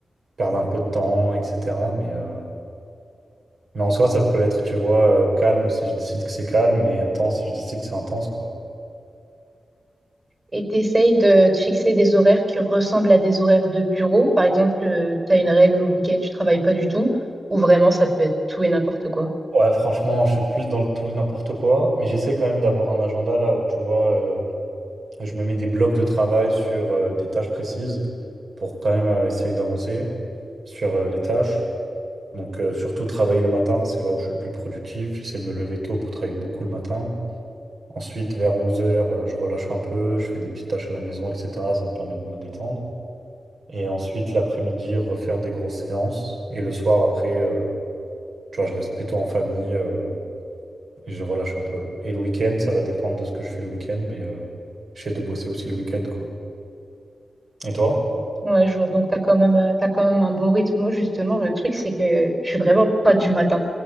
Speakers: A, on the right; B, on the right.
A: perdre un peu de temps, etc. Mais, euh, mais en soi, ça peut être, tu vois, euh, calme si je décide que c'est calme et intense si je décide que c'est intense, quoi.
B: Et t'essayes de te fixer des horaires qui ressemblent à des horaires de bureau. Par exemple, tu as une règle où le week-end tu travailles pas du tout, ou vraiment ça peut être tout et n'importe quoi.
A: Ouais, franchement, je suis plus dans le tout et n'importe quoi, mais j'essaie quand même d'avoir un agenda là où, tu vois... euh, Et je me mets des blocs de travail sur euh, des tâches précises pour quand même euh, essayer d'avancer sur euh, les tâches. Donc, euh, surtout travailler le matin, c'est là où je suis le plus productif. J'essaie de me lever tôt pour travailler beaucoup le matin. Ensuite, vers onze heures euh, je relâche un peu, je fais des petites tâches à la maison, etc. Ça me permet de me détendre. Et ensuite, l'après-midi, refaire des grosses séances. Et le soir, après, euh, tu vois, je reste plutôt en famille euh, et je relâche un peu. Et le week-end, ça va dépendre de ce que je fais le week-end, mais euh, j'essaie de bosser aussi le week-end, quoi. Et toi?
B: Ouais, je vois. Donc, tu as quand même, euh, t'as quand même un bon rythme. Moi, justement, le truc, c'est que je suis vraiment pas du matin.